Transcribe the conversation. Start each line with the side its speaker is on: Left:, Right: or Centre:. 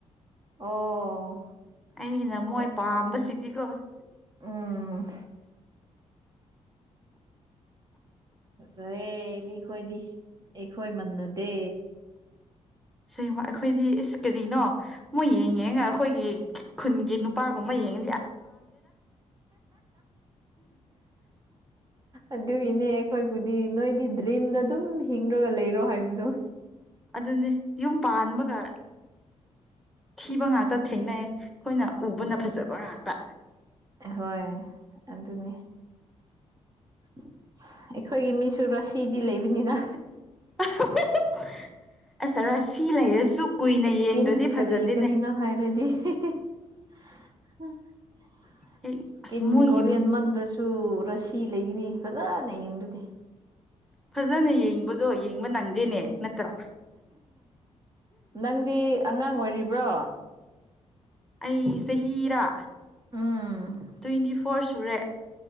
Right: ꯑꯣ
Centre: ꯑꯩꯅ ꯃꯣꯏ
Right: ꯑꯦ
Centre: ꯄꯥꯝꯕꯁꯤꯗꯤꯀꯣ
Right: ꯎꯝ ꯐꯁꯦ ꯃꯤꯈꯣꯏꯗꯤ ꯑꯩꯈꯣꯏ ꯃꯟꯅꯗꯦ
Centre: ꯁꯃ ꯑꯩꯈꯣꯏꯗꯤ ꯑꯦꯁ ꯀꯔꯤꯅꯣ ꯃꯣꯏ ꯌꯦꯡꯉꯦ ꯉ ꯑꯩꯈꯣꯏꯒꯤ ꯈꯨꯟꯒꯤ ꯅꯨꯄꯥꯒꯨꯝꯕ ꯌꯦꯡ
Right: ꯑꯗꯨꯏꯅꯦ ꯑꯩꯈꯣꯏ ꯗꯤ ꯅꯣꯏꯗꯤ ꯗ꯭ꯔꯤꯝꯗ ꯑꯗꯨꯝ ꯍꯤꯡꯗ꯭ꯔꯒ ꯂꯩ ꯍꯥꯏꯕꯗꯨ
Centre: ꯑꯗꯨꯅꯤ ꯌꯨꯝ ꯄꯥꯟꯕꯒ ꯊꯤꯕ ꯉꯥꯛꯇ ꯊꯦꯡꯅꯩꯌꯦ ꯑꯩꯈꯣꯏꯅ ꯎꯕꯅ ꯐꯖꯕ ꯉꯥꯛꯇ
Right: ꯍꯣꯏ ꯑꯗꯨꯅꯤ ꯑꯩꯈꯣꯏꯒꯤ ꯃꯤꯁꯨ ꯔꯁꯤꯗꯤ ꯂꯩꯕꯅꯤꯅ
Centre: <unintelligible> ꯑꯁ ꯔꯥ ꯁꯤ ꯂꯩꯔꯁꯨ ꯀꯨꯏꯅ
Right: ꯏꯁꯀꯤꯟ
Centre: ꯌꯦꯡꯗ꯭ꯔꯗꯤ ꯐꯖꯗꯦꯅꯦ
Right: ꯀꯔꯤ ꯀꯔꯤꯅꯣ <unintelligible>
Centre: ꯍꯦꯛ
Right: ꯏꯁꯀꯤꯟ
Centre: ꯑꯁ ꯃꯣꯏꯒꯤ
Right: ꯀꯣꯔꯤꯌꯟ ꯃꯅꯗ꯭ꯔꯁꯨ ꯔꯁꯤ ꯂꯩꯈꯤꯅꯤ ꯐꯖꯅ ꯌꯦꯡꯗꯣꯏꯅꯦ
Centre: ꯐꯖꯅ ꯌꯦꯡꯕꯗꯣ ꯌꯦꯡꯕ ꯅꯪꯗꯦꯅꯦ ꯅꯠꯇ꯭ꯔꯥ
Right: ꯅꯪꯗꯤ ꯑꯉꯥꯡ ꯑꯣꯏꯔꯤꯕ꯭ꯔꯣ
Centre: ꯑꯩ ꯆꯍꯤꯔ
Right: ꯎꯝ
Centre: ꯇ꯭ꯋꯦꯟꯇꯤ ꯐꯣꯔ ꯁꯨꯔꯦ